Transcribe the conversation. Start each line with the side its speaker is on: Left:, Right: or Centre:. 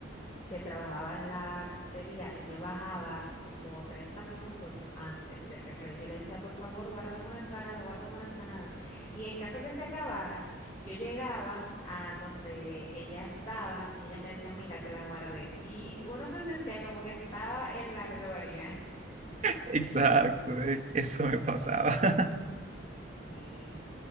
Left: que trabajaba en la cafetería y yo bajaba como 30 minutos antes del recreo. Yo le decía, por favor, guárdame una empanada, guárdame una empanada. Y en caso que se acabaran, yo llegaba a donde ella estaba y ella me decía, mira, te la guardé. Y uno se sentía como que estaba en la gloria. <laughs>
Right: Exacto, eh, eso me pasaba.
Left: Sí.